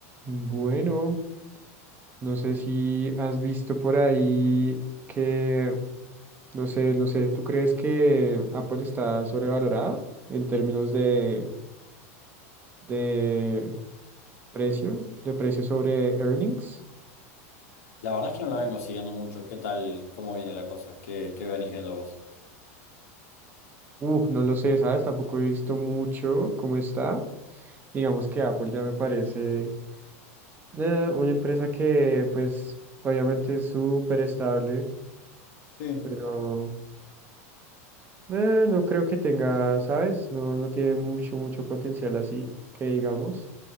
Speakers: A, on the right; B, on the left.
A: Bueno, no sé si has visto por ahí que, no sé, no sé, ¿tú crees que Apple está sobrevalorada en términos de, de precio, de precio sobre earnings?
B: La verdad es que no la vengo siguiendo mucho. ¿Qué tal? ¿Cómo viene la cosa? ¿Qué, qué venís viendo vos?
A: Uh, no lo sé, ¿sabes? Tampoco he visto mucho cómo está. Digamos que Apple ya me parece eh, una empresa que, pues, obviamente es súper estable,
B: Sí,
A: pero... Eh, no creo que tenga, ¿sabes? No, no tiene mucho, mucho potencial así, que digamos,